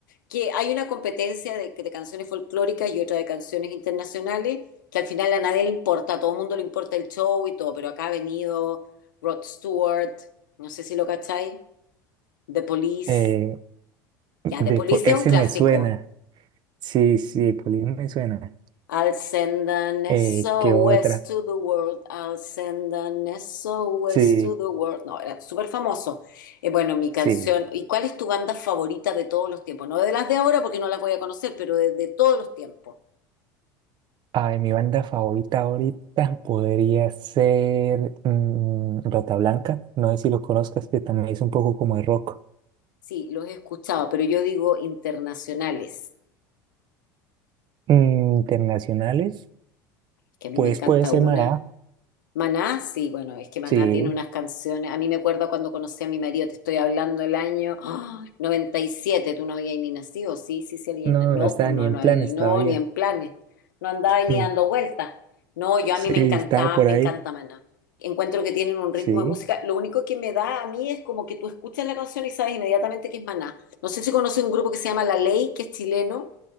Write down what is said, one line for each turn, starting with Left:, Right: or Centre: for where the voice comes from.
Left: que hay una competencia de, de canciones folclóricas y otra de canciones internacionales, que al final a nadie le importa, a todo el mundo le importa el show y todo, pero acá ha venido Rod Stewart, no sé si lo cacháis, The Police,
Right: Eh, de
Left: ya, The Police
Right: po- ese
Left: es un clásico.
Right: me suena. Sí, sí, Police me suena.
Left: I'll send an SOS
Right: Eh, ¿qué otra?
Left: to the world, I'll send an SOS
Right: Sí,
Left: to the world. No, era súper famoso. Eh, bueno, mi canción.
Right: sí.
Left: ¿Y cuál es tu banda favorita de todos los tiempos? No de las de ahora porque no las voy a conocer, pero de, de todos los tiempos.
Right: Ay, mi banda favorita ahorita podría ser mm, Rata Blanca. No sé si lo conozcas, que también es un poco como de rock.
Left: Sí, los he escuchado, pero yo digo internacionales,
Right: Mm, internacionales,
Left: que a mí
Right: pues
Left: me encanta
Right: puede ser
Left: una.
Right: Mará.
Left: Maná, sí, bueno, es que Maná
Right: Sí,
Left: tiene unas canciones. A mí me acuerdo cuando conocí a mi marido, te estoy hablando el año ¡ah! noventa y siete tú no habías ni nacido, sí, sí, sí, había,
Right: no,
Left: no,
Right: no estaba
Left: pues
Right: ni
Left: no,
Right: en
Left: no
Right: planes
Left: había, no,
Right: todavía.
Left: ni en planes,
Right: <laughs>
Left: no andaba ni
Right: Mm,
Left: dando vueltas. No, yo
Right: Sí,
Left: a mí me encantaba,
Right: estaba por
Left: me
Right: ahí.
Left: encanta Maná. Encuentro que tienen un ritmo
Right: Sí,
Left: de música. Lo único que me da a mí es como que tú escuchas la canción y sabes inmediatamente que es Maná. No sé si conoces un grupo que se llama La Ley, que es chileno,